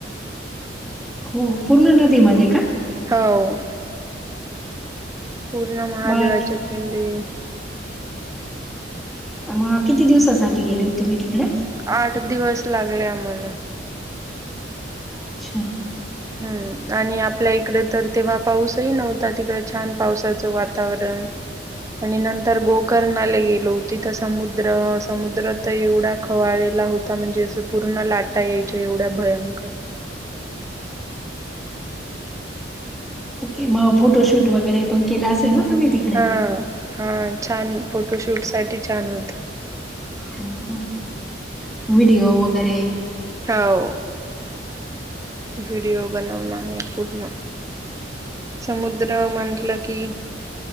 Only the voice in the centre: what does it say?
हो, पूर्ण नदीमध्ये का?
मग
मग किती दिवसासाठी गेले होते तुम्ही तिकडे?
अच्छा
ओके मग फोटोशूट वगैरे पण केला असेल ना? तुम्ही तिकडे?
हम्म व्हिडिओ वगैरे